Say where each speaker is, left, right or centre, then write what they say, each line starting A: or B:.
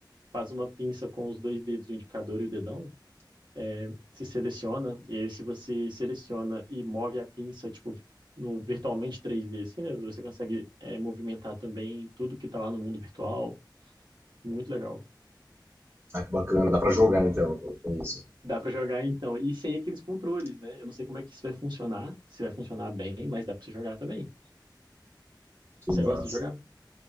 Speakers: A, on the right; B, on the right.
A: faz uma pinça com os dois dedos, o indicador e o dedão, é, se seleciona, e aí se você seleciona e move a pinça, tipo, no virtualmente 3D, assim, né? Você consegue é, movimentar também tudo que está lá no mundo virtual. Muito legal.
B: ah, que bacana, dá pra jogar então com com isso.
A: Dá pra jogar então. E sem aqueles controles, né? Eu não sei como é que isso vai funcionar, se vai funcionar bem, mas dá pra você jogar também.
B: que
A: Você
B: massa.
A: gosta de jogar?